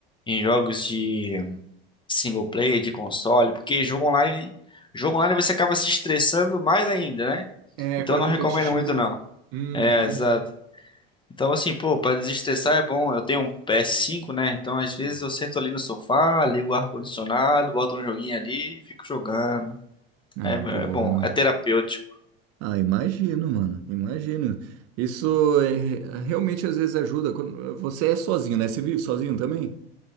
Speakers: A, on the left (about 15°); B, on the right (about 55°).
A: em jogos de single player, de console, porque jogo online, jogo online você acaba se estressando mais ainda, né?
B: É,
A: Então
B: quando
A: eu
B: é
A: não
B: competitivo.
A: recomendo muito não.
B: Uhum.
A: É, exato. Então assim, pô, pra desestressar é bom. Eu tenho um PS5, né? Então às
B: Sim.
A: vezes eu sento ali no sofá, ligo o ar-condicionado, boto um joguinho ali, e fico jogando.
B: Ah,
A: É, é
B: boa.
A: bom, é terapêutico.
B: Ah, imagino, mano. Imagino. Isso é, realmente às vezes ajuda. Quando, você é sozinho, né? Você vive sozinho também?